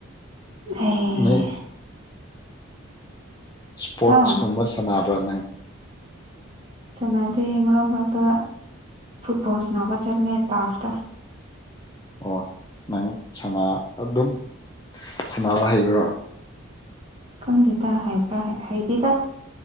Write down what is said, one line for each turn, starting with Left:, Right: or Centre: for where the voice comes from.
Right: ꯑꯦ
Left: ꯅꯣꯏ ꯏꯁꯄꯣꯔꯠꯁꯀꯨꯝꯕ
Right: ꯍꯥ
Left: ꯁꯥꯟꯅꯕ꯭ꯔꯥ ꯅꯪ
Right: ꯆꯅꯗꯤ ꯃꯔꯔꯣ ꯃꯔꯔꯗ ꯐꯨꯠꯕꯣꯜꯁꯅꯥꯕ ꯆꯜꯂꯦ ꯇꯥꯞꯇ
Left: ꯑꯣ ꯅꯪ ꯁꯅꯥ ꯑꯗꯨꯝ ꯁꯅꯥꯕ ꯍꯩꯕ꯭ꯔꯣ
Right: ꯈꯪꯗꯦꯗ ꯍꯥꯏꯕ꯭ꯔꯥ ꯍꯥꯏ ꯍꯩꯗꯤꯗ